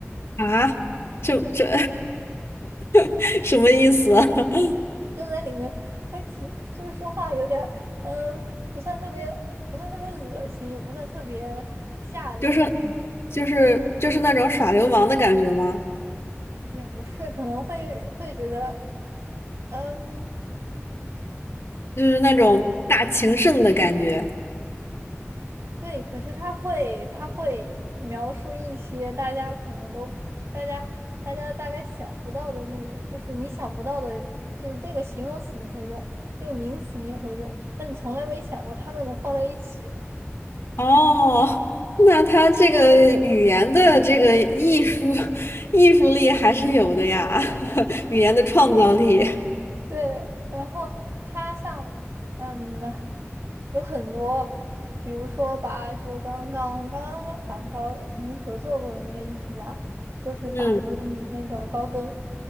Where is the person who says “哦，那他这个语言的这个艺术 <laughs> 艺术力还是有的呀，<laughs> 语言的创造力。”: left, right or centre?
Left